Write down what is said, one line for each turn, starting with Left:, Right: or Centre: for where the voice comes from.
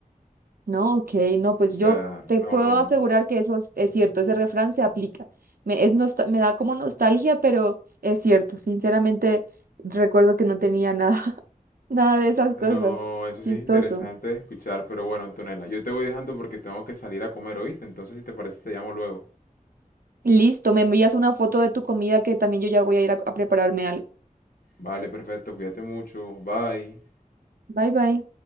Right: no, ok, no, pues
Left: O sea,
Right: yo te
Left: no,
Right: puedo
Left: no, no.
Right: asegurar que eso es, es cierto, ese refrán se aplica. Me, es nosta- me da como nostalgia, pero es cierto, sinceramente recuerdo que no tenía nada. Nada de esas cosas.
Left: No, eso sí
Right: Chistoso.
Left: es interesante de escuchar, pero bueno, Antonella, yo te voy dejando porque tengo que salir a comer, ¿oíste? Entonces, si te parece, te llamo luego.
Right: Listo, me envías una foto de tu comida que también yo ya voy a ir a a prepararme algo.
Left: Vale, perfecto, cuídate mucho, bye.
Right: Bye bye.